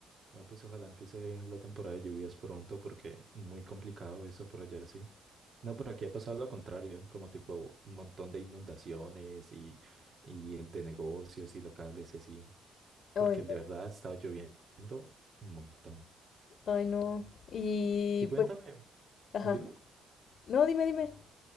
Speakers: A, on the right; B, on the left.
A: No, pues ojalá empiece la temporada de lluvias pronto porque muy complicado eso por allá, sí. No, por aquí ha pasado lo contrario, como tipo un montón de inundaciones y, y de negocios y locales y así, porque
B: Oh, en
A: de
B: serio.
A: verdad ha estado lloviendo un montón.
B: Ay, no. Y
A: Y cuéntame,
B: pues, ajá.
A: dime.
B: No, dime, dime.